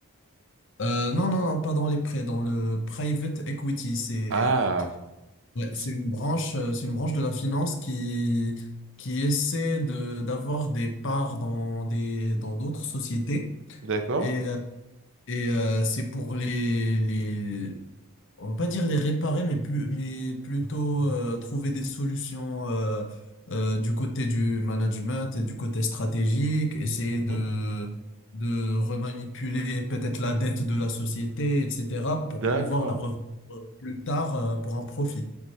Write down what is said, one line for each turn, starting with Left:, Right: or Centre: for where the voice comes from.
Left: Euh, non, non, non, pas dans les prêts, dans le private equity. C'est
Right: Ah,
Left: ouais,
Right: c-
Left: c'est une branche, euh, c'est une branche de la finance qui, qui essaie de, d'avoir des parts dans des, dans d'autres sociétés.
Right: d'accord.
Left: Et, euh, et euh, c'est pour les, les, on va pas dire les réparer, mais plus, mais plutôt euh, trouver des solutions euh, euh, du côté du management et du côté stratégique, essayer
Right: Mhm.
Left: de de remanipuler peut-être la dette de la société, etc.,
Right: D'accord.
Left: pour pouvoir la revendre euh, plus tard euh, pour un profit.